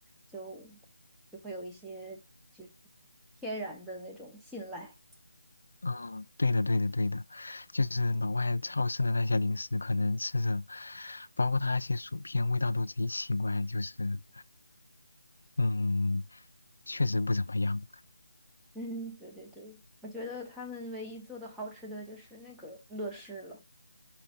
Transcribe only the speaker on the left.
嗯，对的，对的，对的，就是老外超市的那些零食，可能吃着，包括它那些薯片，味道都贼奇怪，就是，嗯，确实不怎么样。